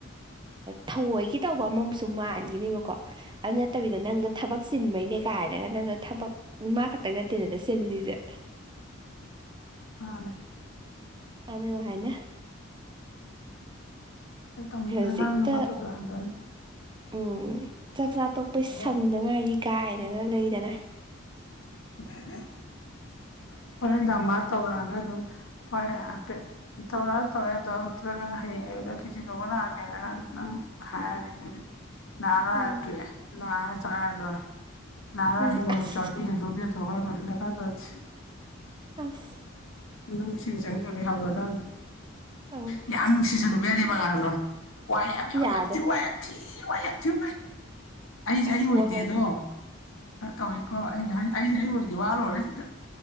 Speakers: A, on the right (about 20°); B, on the left (about 75°).
A: ꯊꯧꯑꯣꯏꯒꯤ ꯇꯧꯕ ꯑꯃꯃꯨꯁꯨ ꯃꯥꯟꯈꯤꯅꯦꯕꯀꯣ ꯑꯗꯨ ꯅꯠꯇꯕꯤꯗ ꯅꯪꯒ ꯊꯕꯛ ꯆꯤꯟꯕꯩꯅꯦ ꯀꯥꯏ ꯍꯥꯏꯔꯒ ꯅꯪꯅ ꯊꯕꯛ ꯃꯥ ꯈꯛꯇꯪ ꯅꯠꯇꯦꯗꯅ ꯆꯤꯜꯂꯤꯁꯦ <inaudible>
B: ꯑꯅ
A: ꯑꯅꯣ ꯍꯥꯏꯅ
B: ꯑꯩ ꯇꯧꯅꯤꯡꯗ꯭ꯔꯦ
A: ꯍꯧꯖꯤꯛꯇ
B: ꯈꯔꯗ ꯃꯥ ꯇꯧꯗ ꯍꯟꯖꯤꯅꯤ
A: ꯎꯝ ꯆꯥꯛ ꯆꯥ ꯇꯣꯛꯄꯩ ꯁꯪꯗ
B: ꯑꯗꯨꯝ
A: ꯉꯥꯏꯔꯤ ꯀꯥꯏꯅꯒ ꯂꯩꯗꯅ
B: ꯎ ꯍꯗꯥ ꯃꯥ ꯇꯧꯔꯛꯑꯒ ꯑꯗꯨꯝ ꯍꯣꯏ ꯍꯥꯏꯐꯦꯠ ꯇꯧꯔꯑ ꯇꯧꯔꯦ ꯇꯧꯛꯇ꯭ꯔꯒꯅ ꯍꯌꯦꯡ ꯀꯤꯁꯤ ꯇꯧꯕ ꯂꯑꯒꯦꯅ ꯅꯪ ꯅꯪ ꯍꯥꯏꯔꯤꯅꯦ ꯅꯅꯥꯔꯣꯏꯠꯇꯦ
A: ꯎꯝ
B: ꯅꯔꯦ ꯆꯥꯔꯂꯣꯏꯔ ꯅꯅꯥꯔꯣꯏ
A: ꯎꯝ
B: ꯍꯤꯡꯒꯣꯅꯨ
A: ꯑꯁ
B: ꯆꯥꯔ ꯌꯦ ꯁꯀꯥꯏ ꯑꯗꯨꯇ ꯀꯥꯗ ꯆꯦ
A: ꯑꯁ
B: ꯑꯗꯨꯝ ꯏꯁꯤꯡ ꯆꯪꯖꯕꯤ ꯍꯧꯈ꯭ꯔꯗꯪ
A: ꯑꯧ
B: ꯌꯥꯝ ꯁꯤꯖꯟꯅꯨꯕ ꯌꯥꯗꯦ ꯃꯉꯥꯜꯅꯣ ꯋꯥꯏ ꯌꯥꯕ ꯌꯥꯎ
A: ꯌꯥꯗꯦ
B: ꯌꯥ ꯊ ꯋꯥꯏ ꯊꯤ ꯋꯥꯏ ꯊ ꯑꯩꯁꯦ
A: ꯑꯁ
B: ꯑꯩ ꯑꯣꯏꯗꯦꯗꯣ
A: ꯋꯥꯏ
B: ꯈ ꯀꯧꯋꯤꯀꯣ ꯑꯩꯁꯦ ꯑꯩ ꯑꯣꯏ ꯗꯤꯋꯥ ꯂꯔꯦ ꯁꯤꯗ